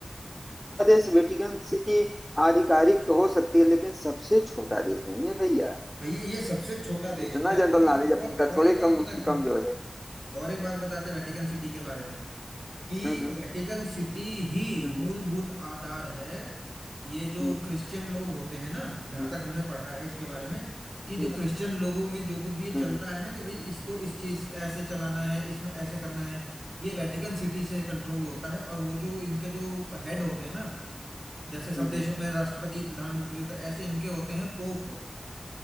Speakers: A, in the centre; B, on the right.
A: देश वेटिकन सिटी आधिकारिक तो हो सकती है लेकिन सबसे छोटा देश नहीं है भैया
B: भैया ये सबसे छोटा देश
A: इतना
B: है
A: जनरल
B: और
A: नॉलेज
B: और
A: अपन का
B: और
A: थोड़े
B: एक बात
A: कम
B: बताएं तुमको
A: कमजोर है
B: और एक बात बताते हैं वेटिकन सिटी के बारे में कि
A: हम्म
B: वेटिकन सिटी ही
A: हम्म
B: मूलभूत आधार है ये जो
A: हम्म
B: क्रिश्चियन लोग होते हैं ना जहां
A: हम्म
B: तक हमने पढ़ा है इसके बारे में कि जो
A: हम्म
B: क्रिश्चियन लोगों में जो कुछ भी ये
A: हम्म
B: चलता
A: हम्म
B: है ना कि भाई इसको इस चीज ऐसे चलाना है इसमें ऐसे करना है ये वेटिकन सिटी से कंट्रोल होता है और वो जो इनके जो हेड होते हैं ना जैसे सब
A: हम्म
B: देशों
A: हम्म,
B: में राष्ट्रपति प्रधानमंत्री होता है ऐसे इनके होते हैं पोप